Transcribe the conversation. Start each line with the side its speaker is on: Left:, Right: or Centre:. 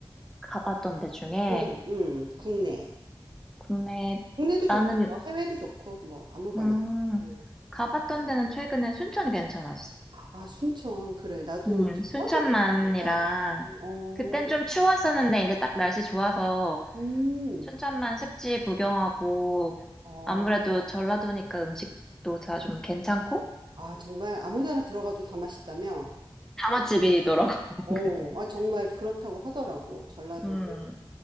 Centre: 가봤던 데 중에
Right: 응, 응, 국내.
Centre: 국내
Right: 국내도 좋고,
Centre: 나는
Right: 뭐 해외도 좋고, 뭐 아무거나.
Centre: 음,
Right: 음.
Centre: 가봤던 데는 최근에 순천 괜찮았어.
Right: 아, 순천. 그래. 나도
Centre: 음,
Right: 전라도
Centre: 순천만이랑
Right: 출신이니까. 어, 어,
Centre: 그땐 좀 추웠었는데 이제 딱 날씨 좋아서
Right: 음.
Centre: 춘천만 습지 구경하고
Right: 어,
Centre: 아무래도 전라도니까 음식도 다 좀 괜찮고
Right: 아, 정말 아무 데나 들어가도 다 맛있다며?
Centre: 다맛집이더라고. <laughs>
Right: 어, 아, 정말 그렇다고 하더라고. 전라도는.
Centre: 음,